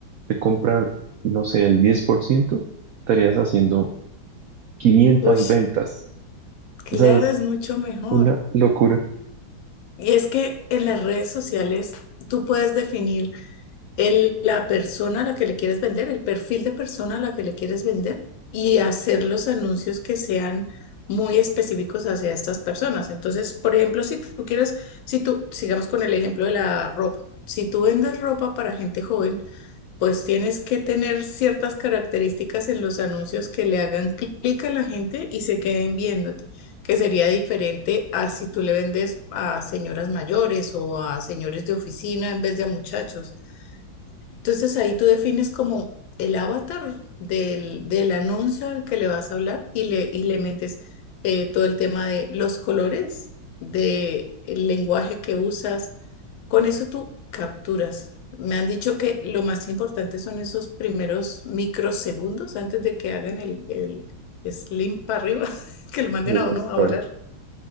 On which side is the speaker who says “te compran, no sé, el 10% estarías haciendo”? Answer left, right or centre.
Right